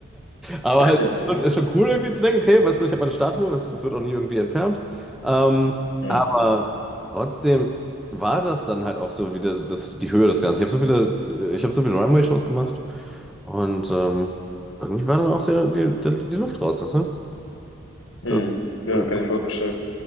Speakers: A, in the centre; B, on the left.
A: Aber
B: <laughs>
A: es ist schon, ist schon cool irgendwie zu denken, okay, weißt du, ich habe meine Statue, weißt du, das wird auch nie irgendwie entfernt. Ähm,
B: Hm.
A: aber trotzdem war das dann halt auch so wieder das, die Höhe des Ganzen. Ich habe so viele, ich habe so viele Runway-Shows gemacht und ähm, irgendwie war dann auch der, die, der, die Luft raus, weißt du? Das
B: Hm.
A: ist
B: Ja,
A: so,
B: kann ich voll verstehen.